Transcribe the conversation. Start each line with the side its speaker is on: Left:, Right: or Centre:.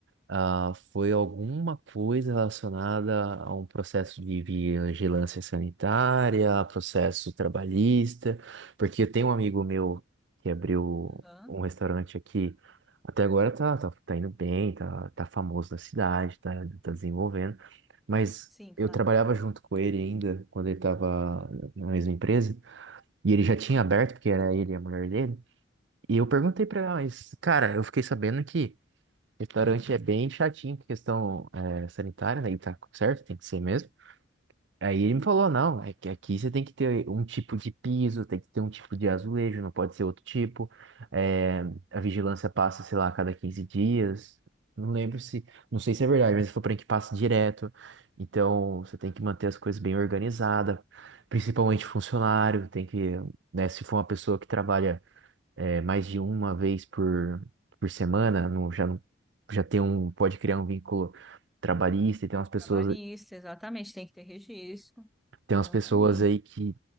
Right: ah, foi alguma coisa relacionada a um processo de vigilância sanitária, processo trabalhista, porque eu tenho um amigo meu que abriu
Centre: Aham,
Right: um restaurante aqui, até agora tá, tá, tá indo bem, tá, tá famoso na cidade, tá, tá desenvolvendo, mas
Centre: Sim, claro.
Right: eu trabalhava junto com ele ainda, quando ele estava na mesma empresa, e ele já tinha aberto, porque era ele e a mulher dele, e eu perguntei pra ela, mas, cara, eu fiquei sabendo que Restaurante é bem chatinho com questão eh, sanitária, né? E tá certo, tem que ser mesmo. Aí ele me falou, não, é que aqui você tem que ter um tipo de piso, tem que ter um tipo de azulejo, não pode ser outro tipo. Eh, a vigilância passa, sei lá, a cada 15 dias. Não lembro se, não sei se é verdade, mas ele falou pra mim que passa direto. Então, você tem que manter as coisas bem organizadas, principalmente funcionário, tem que, né, se for uma pessoa que trabalha é, mais de uma vez por, por semana, não, já, não- já tem um, pode criar um vínculo trabalhista e tem umas pessoas,
Centre: Trabalhista, exatamente, tem que ter registro.
Right: tem
Centre: Exatamente.
Right: umas pessoas aí que